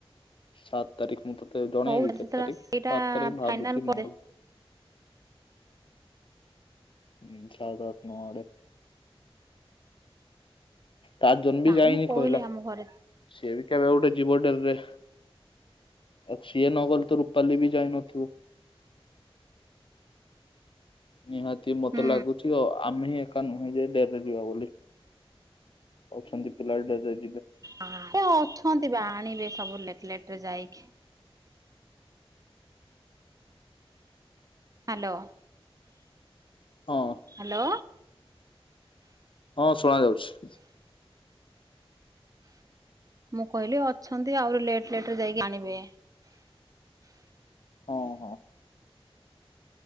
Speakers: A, on the left; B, on the right.
A: ସାତ ତାରିଖ ମୁଁ ତତେ ଜଣେଇବି
B: ହଉ
A: କେତେ
B: ସେତେବେଳେ
A: ତାରିଖ
B: ସେଇଟା
A: ସାତ ତାରିଖ ଭାବୁଛି
B: ଫାଇନାଲ କରିଦେ
A: ମଙ୍ଗ ଉଁ ସାତ ଆଠ ନ ଆଡେ। ତା ଜନ ବି
B: ନାଇଁ
A: ଯାଇନି
B: ମୁଁ କହିଲି
A: କହିଲା
B: ଆମ ଘରେ
A: ସିଏ ବି କେବେ ଗୋଟେ ଯିବ ଡ଼େରିରେ। ଏ ସିଏ ନଗଲେ ତ ରୂପାଲି ବି ଯାଇନଥିବ। ନିହାତି ମତେ
B: ହୁଁ।
A: ଲାଗୁଛି ଅ ଆମେ ହିଁ ଏକା ନୁହେଁ ଯେଡ ଯିବା ବୋଲି ଅଛନ୍ତି ପିଲା ଡେରିରେ ଯିବେ।
B: ଆ ଏ ଅଛନ୍ତି ବା ଆଣିବେ ସବୁ ଲେଟ ଲେଟ ରେ ଯାଇକି। ହାଲୋ!
A: ହଁ।
B: ହାଲୋ!
A: ହଁ ଶୁଣା ଯାଉଛି।
B: ମୁଁ କହିଲି ଅଛନ୍ତି ଆହୁରି ଲେଟ୍ ଲେଟରେ ଯାଇକି ଆଣିବେ।
A: ହଁ ହଁ।